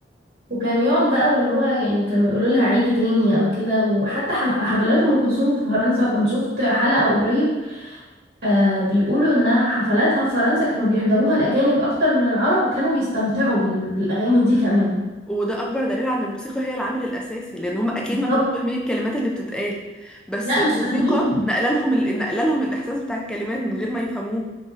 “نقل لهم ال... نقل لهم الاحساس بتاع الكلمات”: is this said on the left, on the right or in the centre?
Centre